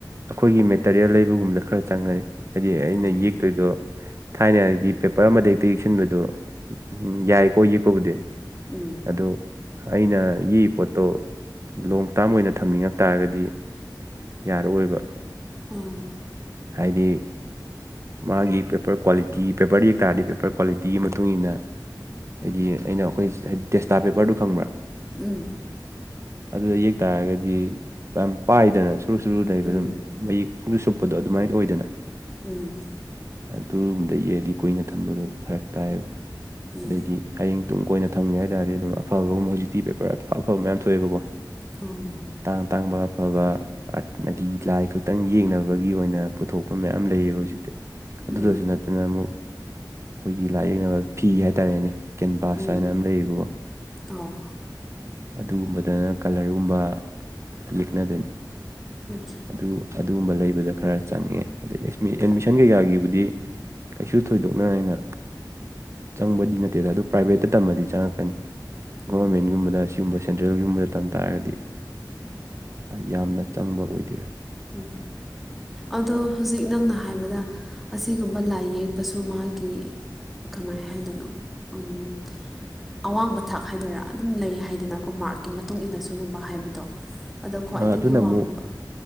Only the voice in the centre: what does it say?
ꯑꯣ
ꯎꯝ
ꯎꯝ
ꯎꯝ
ꯎꯝ
ꯎꯝ
ꯎꯝ
ꯑꯣ
ꯎꯝ
ꯎꯝ
ꯑꯣ
ꯑꯥꯠꯁꯥ
ꯑꯣ
ꯎꯝ ꯑꯗꯣ ꯍꯧꯖꯤꯛ ꯅꯪꯅ ꯍꯥꯏꯕꯗ ꯑꯁꯤꯒꯨꯝꯕ ꯂꯥꯏ ꯌꯦꯛꯄꯁꯨ ꯃꯥꯒꯤ ꯀꯃꯥꯏ ꯍꯥꯏꯗꯣꯏꯅꯣ ꯎꯝ ꯑꯋꯥꯡꯕ ꯊꯥꯛ ꯍꯥꯏꯗꯣꯏꯔꯥ ꯑꯗꯨꯝ ꯂꯩ ꯍꯥꯏꯗꯅꯀꯣ ꯃꯥꯔꯛꯀꯤ ꯃꯇꯨꯡ ꯏꯟꯅ ꯁꯨꯒꯨꯝꯕ ꯍꯥꯏꯕꯗꯣ ꯑꯗꯣ ꯈ꯭ꯋꯥꯏꯗꯒꯤ
ꯋꯥꯡꯕ